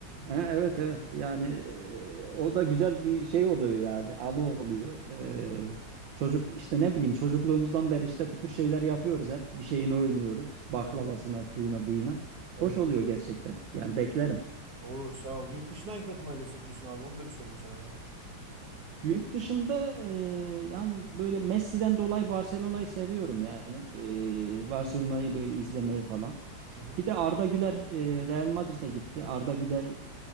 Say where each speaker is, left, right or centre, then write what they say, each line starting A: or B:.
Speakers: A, on the right; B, on the right.
A: Ha, evet evet yani e, o da güzel bir şey oluyor yani anı oluyor. E, çocuk işte ne bileyim çocukluğumuzdan beri işte bu tür şeyler yapıyoruz hep bir şeyini oynuyoruz baklavasına
B: Evet,
A: şuyuna buyuna.
B: evet.
A: Hoş oluyor gerçekten yani beklerim.
B: Olur sağ ol. Yurt dışından hangi takımları destekliyorsun abi? Onu da bir sorayım sana ya.
A: Yurt dışında e, yani böyle Messi'den dolayı Barcelona'yı seviyorum yani. E, Barcelona'yı böyle izlemeyi falan.
B: Hı hı.
A: Bir de Arda Güler e, Real Madrid'e gitti. Arda Güler